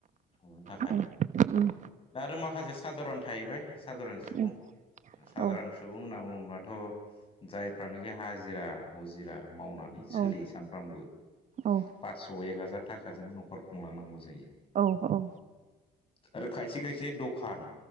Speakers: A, on the left (about 30°); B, on the right (about 45°).
A: संनो थाखाय
B: औ उम
A: दा आरो माखासे सादारन थाहैबाय सादारन सुबुं
B: उम
A: सादारन
B: औ
A: सुबुं होनना बुङोबाथ' जायफ्रानोखि हाजिरा हुजिरा मावनानै
B: औ
A: सोलियो सानफ्रामबो
B: औ
A: फास्स' एक हाजार थाखाजों न'ख खर खुंलांनांगौ जायो
B: औ औ
A: आरो खायसे खायसे दखान